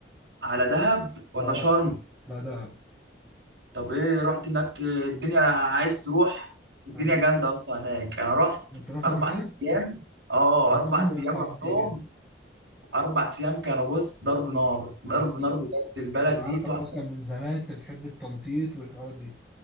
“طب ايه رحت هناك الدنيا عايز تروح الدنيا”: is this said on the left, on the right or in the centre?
Right